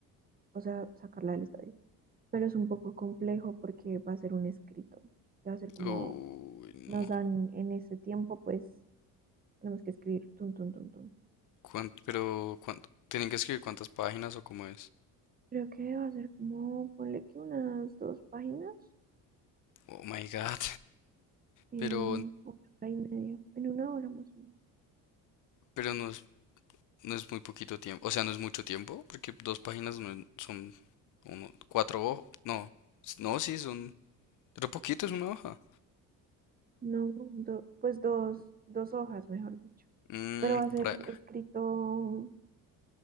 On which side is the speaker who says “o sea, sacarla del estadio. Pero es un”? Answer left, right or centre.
Right